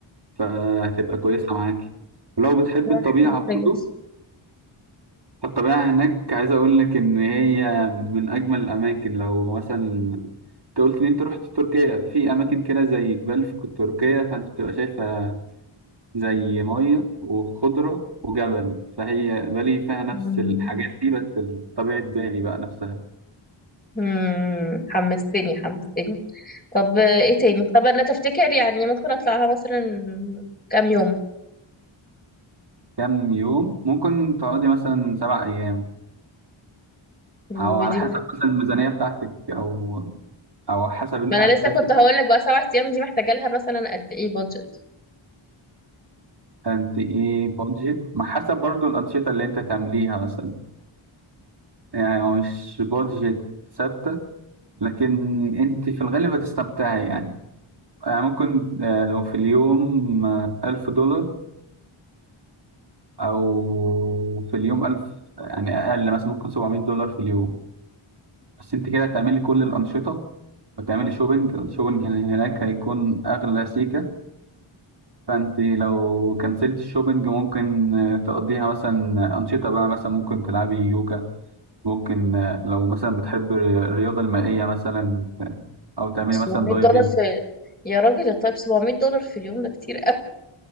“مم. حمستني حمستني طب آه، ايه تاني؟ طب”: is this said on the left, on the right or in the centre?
Left